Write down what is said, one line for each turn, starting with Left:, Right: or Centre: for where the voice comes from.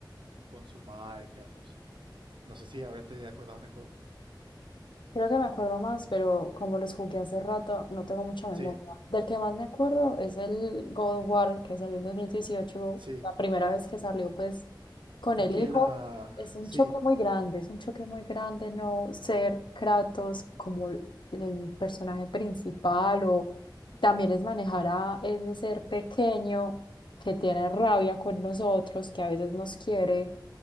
Right: consumada de Kratos. No sé si ahora te acordás mejor.
Left: Creo que me acuerdo más, pero como los jugué hace rato, no tengo mucha memoria.
Right: Sí,
Left: Del que más me acuerdo es el God of War, que salió en 2018,
Right: sí.
Left: la primera vez que salió, pues, con
Right: Es
Left: el
Right: que
Left: hijo.
Right: la...
Left: Es un
Right: Sí,
Left: choque muy grande, es un choque muy grande no ser Kratos como el el personaje principal o también es manejar a ese ser pequeño que tiene rabia con nosotros, que a veces nos quiere,